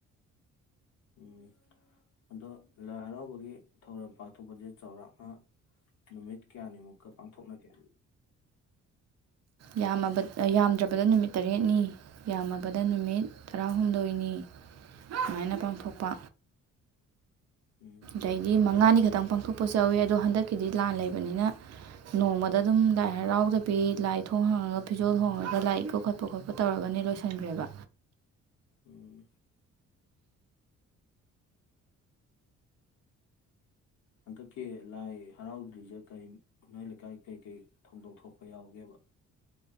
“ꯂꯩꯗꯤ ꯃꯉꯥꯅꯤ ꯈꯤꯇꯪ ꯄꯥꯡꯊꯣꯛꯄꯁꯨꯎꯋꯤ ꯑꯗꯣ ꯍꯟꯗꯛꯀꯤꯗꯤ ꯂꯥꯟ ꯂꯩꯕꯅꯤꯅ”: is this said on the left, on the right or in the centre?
Right